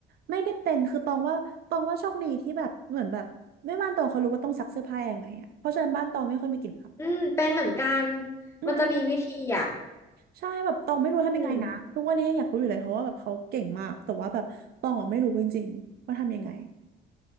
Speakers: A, on the right; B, on the left.
A: ไม่ได้เป็นคือตองว่าตองว่าโชคดีที่แบบเหมือนแบบแม่บ้านตองเขารู้ว่าต้องซักเสื้อผ้ายังไงอ่ะเพราะฉะนั้นบ้านตองไม่ค่อยมีกลิ่นอับ
B: อืมเป็นเหมือนกัน
A: อืม
B: มันจะมีวิธีอ่ะ
A: ใช่แบบตองไม่รู้ทำยังไงนะทุกวันนี้ยังอยากรู้อยู่เลยเพราะว่าแบบเขาเก่งมากแต่ว่าแบบตองอ่ะไม่รู้จริงๆว่าทำยังไง
B: อืม